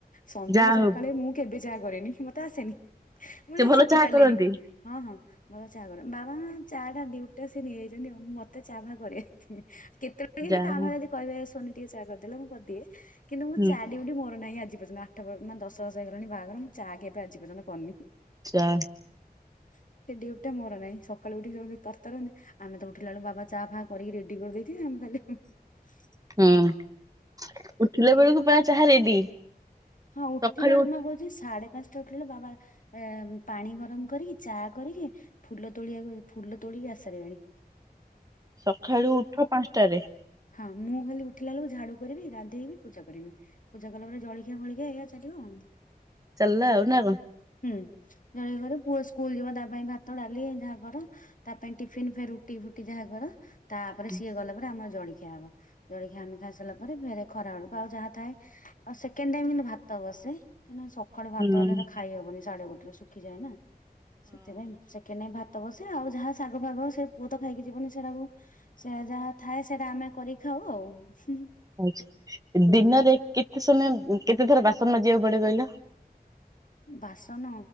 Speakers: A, on the left; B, on the right.
A: ସନ୍ଧ୍ୟା
B: ଯାହା
A: ସକାଳେ
B: ହଉ
A: ମୁଁ କେବେ ଯାହା କରେନି ମତେ ଆସେନି ମୁଁ
B: ସେ
A: ତ
B: ଭଲ
A: ଶିଖି
B: ଚାହା
A: ପାରିଲିନି
B: କରନ୍ତି।
A: ହଁ ହଁ। ବାବା ଚା କର ବାବା ଚା ଟା ଦିଉଟେ ସେ ନେଇଯାଇଛନ୍ତି ଆଉ ମୁ ମତେ ଚା ବା କରିି କେତେ କେତେ ବେଳେ କେମି
B: ଯାହା
A: କଭାଁ ଯଦି କହିବେ ସୋନି ଟିକେ ଚା କରିଦେଲେ ମୁଁ କରିଦିଏ କିନ୍ତୁ ମୁଁ
B: ହୁଁ
A: ଚା ଡିୟଟି ମୋର ନାହିଁ ଆଜି ପର୍ନ୍ତ ଆ ଆଠ ମାନ ଦଶ ବର୍ଷ ହେଇଗଲାଣି ବାହାଘର ମୁଁ ଚା କେବେ ଆଜି ପର୍ଯ୍ୟନ୍ତ କରିନି।
B: ଚା।
A: ସେ ଡିୟଟି ମୋର ନାହିଁ ସକାଳୁ ଉଠିକି ସେ ତରତାର ଆମେ ତ ଉଠିଲା ବେଳୁ ବାବା ଚା ଫା କରିକି ରେଡି କରିଦେଇଥିବେ ଆମେ ଖାଲି ହିଁ ହିଁ।
B: ହୁଁ ଉଠିଲା ବେଳକୁ ପୁରା ଚାହା ରେଡି।
A: ହଁ ଉଠିଲା
B: ସକାଳୁ
A: ବେଳୁକୁ ମୁଁ କହୁଛି। ସାଢେ ପାଞ୍ଚଟା ଉଠିଲା ବେଳୁକୁ ବାବା ପାଣି ଗରମ କରିକି ଚା କରିକି। ଫୁଲ ତୋଳିବାକୁ ଫୁଲ ତୋଳିକି ଆସି ଷାରିବେଣି।
B: ସକାଳୁ ଉଠ ପାଞ୍ଚଟାରେ।
A: ହଁ ମୁଁ ଖାଲି ଉଠିଲା ବଳକୁ ଝାଡୁ କରିବିନ୍ଧେଇବି ପୂଜା କରିବି ପୂଜା କଲା ପରେ ଜି ଜଳଖିଆ ଫଳଖିଆ ଏଇଆ ଚାଲିବ ଆଉ।
B: ଚାଲିଲା ଆଉ ନା କଣ।
A: ହୁଁ ଜଳଖିଆ କର ପୁଅ ସ୍କୁଲ ଯିବ ତା ପାଇଁ ଭାତ ଡାଲି ଯାହା କର। ତା ପାଇଁ ଟିଫିନ ଫେ ରୁଟି ଫୁଟି ଯାହା କର। ତାପରେ
B: ହୁଁ
A: ସିଏ ଗଲା ପରେ ଆମର ଜଳଖିଆ ହବ ଜଳଖିଆ ଆମେ ଖାଇ ସାରିଲା ଫେରେ ଖରା ବେଳକୁ ଆଉ ଯାହା ଥାଏ ଆଉ ସେକଣ୍ଡ ଟାଇମ୍ କିନ୍ତୁ ଭାତ ବସେ କାଇନା ସକା ସକାଳୁ ଭାତ
B: ହୁଁ
A: ହେଲେ ତ ଖାଇ ହବନି ସାଢେ ଗୋଟେରେ ଶୁଖିଯାଏନା ସେଥିପାଇଁ ସେକେଣ୍ଡ ଟାଇମ ଭା ଭାତ ବସେ ଆଉ ଯାହା ଶାଗ ଫାଗ ସେ ପୁଅ ତ ଖାଇକି ଯିବନି ସେଗୁରାକୁ ସେଆ ଯାହା ଥାଏ ସେଇଟା ଆମେ କରି ଖାଉ ଆଉ।
B: ଆଛା ଦିନରେ କେତେ ସମୟ କେତେ ଥର ବାସନ ମାଜିବାକୁ ପଡେ କହିଲ?
A: ବାସନ